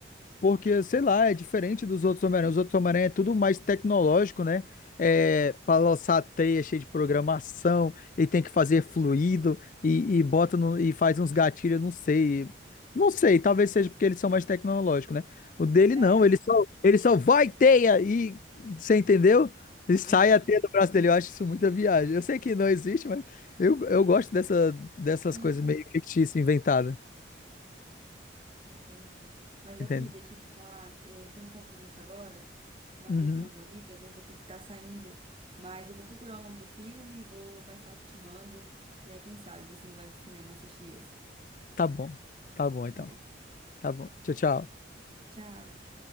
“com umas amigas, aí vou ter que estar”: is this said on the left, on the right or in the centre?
Right